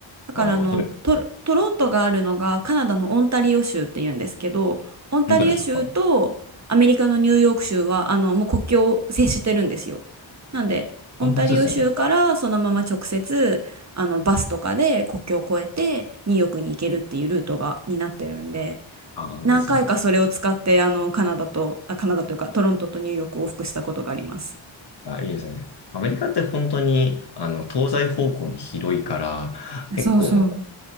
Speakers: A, on the right; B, on the left.
A: だから、
B: ああ、
A: あの、
B: そう、
A: トロ、トロントがあるのが、カナダのオンタリオ州っていうんですけど、オンタリオ州とアメリカのニューヨーク州は、
B: 本当でしょうか。
A: あの、もう国境を接してるんですよ。なんで、オンタリオ州からそのまま直接、
B: こんな人ですよね。はい
A: あの、バスとかで国境を越えて、ニューヨークに行けるっていうルートが、になってるんで、
B: ああ、
A: 何回かそれを使ってあのカナダとあカナダというかトロントとニューヨークを往復したことがあります。
B: ですよね。あ、いいですね。アメリカって本当に、あの、東西方向に広いから、結構、
A: そうそう。